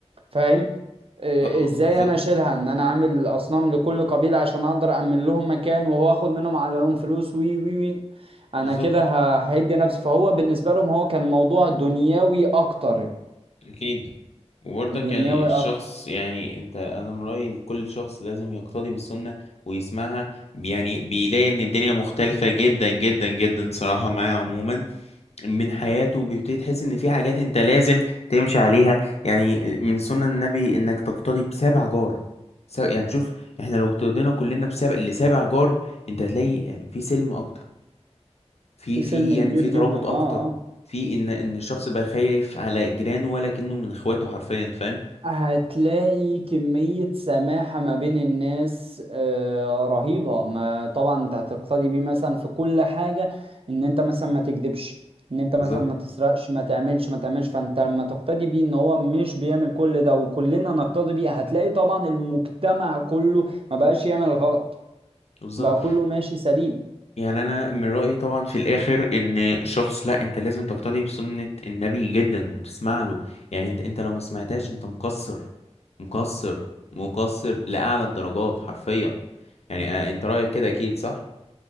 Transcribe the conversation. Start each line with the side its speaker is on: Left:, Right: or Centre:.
Right: فاهم آه
Left: اه
Right: ازاي
Left: بالظبط
Right: انا اشيلها ان انا عامل اصنام لكل قبيلة عشان اقدر امن لهم مكان وهو اخد منهم عليهم فلوس وي وي وي انا
Left: بالظبط
Right: كده ه- هيدي نفسي فهو بالنسبة لهم هو كان الموضوع دنيوي اكتر
Left: أكيد وبرضك
Right: دنيوي
Left: يعني الشخص
Right: اكتر
Left: يعني أنت أنا من رأيي كل شخص لازم يقتدي بالسنة ويسمعها يعني بيلاقي إن الدنيا مختلفة جدا جدا جدا صراحة معاه عموما من حياته بيبتدي تحس إن في حاجات أنت لازم تمشي عليها يعني من سنة النبي إنك تقتدي بسابع جار سا- يعني شوف إحنا لو اقتدينا كلنا بسابع لسابع جار أنت هتلاقي يعني في سلم أكتر في
Right: في سلم
Left: في يعني
Right: كبير
Left: في
Right: جدا
Left: ترابط اكتر
Right: اه اه
Left: في ان ان الشخص بقى خايف على جيرانه ولا كأنه من اخواته حرفيا فاهم
Right: هتلاقي كمية سماحة ما بين الناس آه، رهيبة ما طبعا انت هتقتدي بيه مثلا في كل حاجة ان انت مثلا ما تكذبش ان انت
Left: بالظبط
Right: مثلا ما تسرقش ما تعملش ما تعملش فانت لما تقتدي بيه ان هو مش بيعمل كل ده وكلنا نقتدي بيه هتلاقي طبعا المجتمع كله ما بقاش يعمل الغلط
Left: بالظبط
Right: بقى كله ماشي سليم
Left: يعني انا من رأيي طبعا في الاخر ان شخص لا انت لازم تقتدي بسنة النبي جدا وتسمع له يعني انت انت لو ما سمعتهاش انت مقصر مقصر مقصر لأعلى الدرجات حرفيا يعني آه، انت رأيك كده اكيد صح